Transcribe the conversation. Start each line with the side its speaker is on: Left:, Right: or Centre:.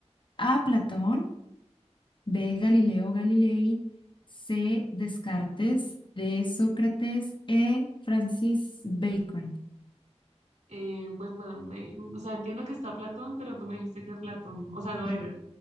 Left: A, Platón, B, Galileo Galilei, C, Descartes, D, Sócrates, E, Francis Bacon,
Right: Eh, pues bueno, me- o sea, entiendo que está Platón, pero tú me dijiste que Platón, o sea, no
Left: que
Right: era.